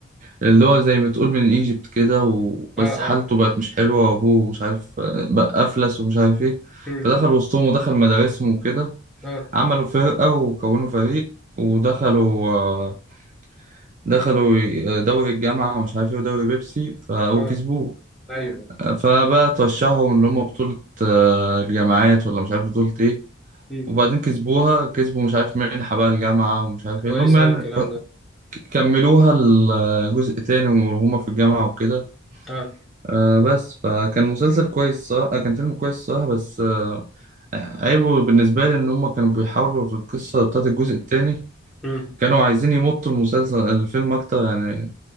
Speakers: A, on the right; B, in the centre.
A: اللي هو زي ما تقول من ايجيبت كده وبس
B: اه
A: حالته
B: اه
A: بقت مش حلوة وابوه مش عارف بقى افلس ومش عارف ايه
B: امم
A: فدخل وسطهم ودخل مدارسهم وكده
B: اه
A: عملوا فرقة وكونوا فريق ودخلوا آه، دخلوا دوري الجامعة ومش عارف ايه ودوري بيبسي ف- وكسبوه
B: اه ايوه
A: فبقى ترشحوا ان هم بطولة آه، الجامعات ولا مش عارف بطولة ايه
B: امم
A: وبعدين كسبوها كسبوا مش عارف منحة بقى الجامعة ومش عارف ايه
B: كويس
A: اللي هم يعني
B: اوي الكلام
A: ك-
B: ده
A: كملوها الجزء تاني وهم في الجامعة وكده
B: اه
A: آه بس فكان مسلسل كويس صح آه كان فيلم كويس صح بس آه عيبه بالنسبة لي إن هما كانوا بيحاولوا في القصة بتاعت الجزء التاني
B: امم
A: كانوا عايزين يمطوا المسلسل الفيلم أكتر يعني